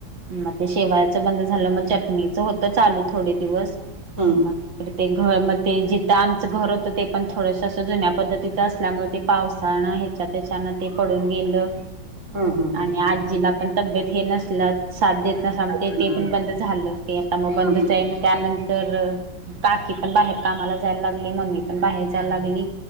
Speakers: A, on the right; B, on the right.
A: मग ते शेवायाचं बंद झालं मग चटणीच होतं चालू थोडे दिवस
B: हम्म
A: मग. तर ते घर मग ते जिथ आमचं घर होतं ते पण थोडस असं जुन्या पद्धतीचं असल्यामुळे ते. पावसान ह्याच्या त्याच्यान ते पडून गेलं.
B: हम्म हम्म हम्म.
A: आणि आजीला पण तब्येत हे नसल. साथ देतना सांगते
B: अच्छा.
A: ते पण बंद झालं होते आता मग बंदच
B: हम्म
A: आहे म त्यानंतर. तर काकी पण बाहेर कामाला जायला लागली मम्मी पण बाहेर जायला लागली.